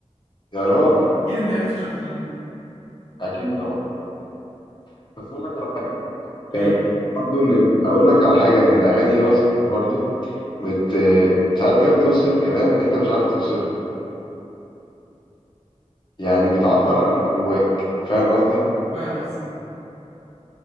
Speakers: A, on the left (about 40°); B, on the right (about 65°).
A: يا راجل
B: أكيد أنت عرفت الشخص ده مين
A: اكيد طبعا اكيد طبعا بس اقول لك على حاجه
B: ايه
A: يعني بحس برضو ان ال- اقول لك على حاجه ان الاغاني دي بس برضو بت ساعات كده بتوصف كلام انت مش عارف توصفه يعني بتعبر عن اللي جواك فاهم قصدي
B: فاهم قصدي